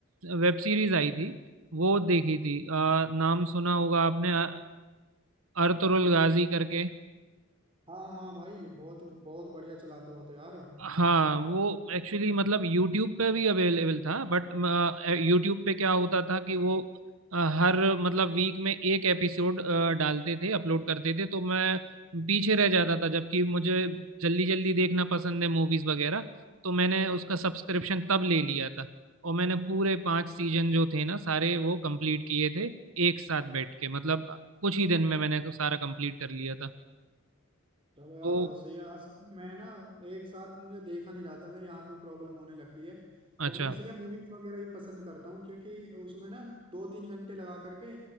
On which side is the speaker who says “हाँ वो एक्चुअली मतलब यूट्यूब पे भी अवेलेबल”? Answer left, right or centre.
Right